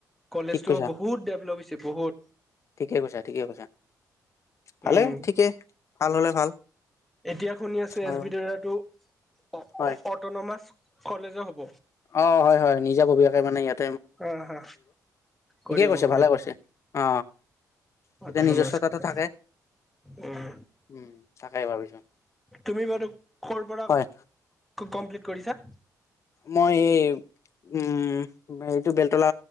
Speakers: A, in the centre; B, on the left (about 45°).
A: কলেজতো
B: ঠিক কৈছা
A: বহুত ডেভলপ হৈছে। যে বহুত,
B: ঠিকে কৈছা, ঠিকে কৈছা। ভালে
A: উম,
B: ঠিকে ভাল হলে ভাল
A: এতিয়া শুনি আছো, এছ-
B: আৰু
A: বি- দেওৰাটো, অ
B: হয়
A: 'অ '- অতনমাচ, কলেজে হ'ব।
B: অ' হয় -হয় নিজাববিয়াকে মানে ইয়াত,
A: হা -হা, কৰিব
B: কৈছে
A: -কৰিব
B: ভালে কৈছে অ তেতিয়া
A: অটোনমাছ
B: নিজস্বতাটো
A: কলে,
B: থাকে
A: উম,
B: উম তাকেই ভাবিছো
A: তুমি বাৰু কৰ পৰা
B: হয়
A: কমপ্লিট, কৰিছা?
B: মই এই উম, এইটো বেলতলা